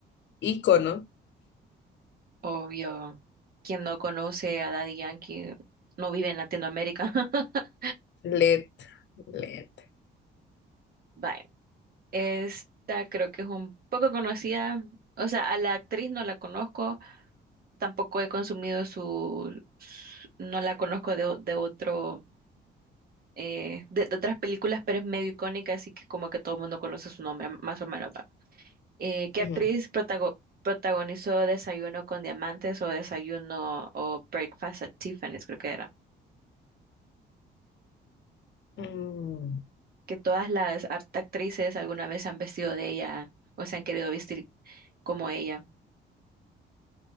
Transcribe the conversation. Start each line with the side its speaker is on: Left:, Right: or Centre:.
Left: Ícono.
Right: Obvio. Quien no conoce a Daddy Yankee no vive en Latinoamérica. <laughs>
Left: LED. LED.
Right: Vaya, esta creo que es un poco conocida. O sea, a la actriz no la conozco, tampoco he consumido su, su- no la conozco de, o- de otro, eh, de, de otras películas, pero es medio icónica, así que como que todo el mundo conoce su nombre, más o menos. ¿va? Eh, ¿qué
Left: Ujú.
Right: actriz protago- protagonizó Desayuno con Diamantes o Desayuno o Breakfast at Tiffany's, creo que era?
Left: Mm,
Right: Que todas las art- actrices alguna vez se han vestido de ella o se han querido vestir como ella.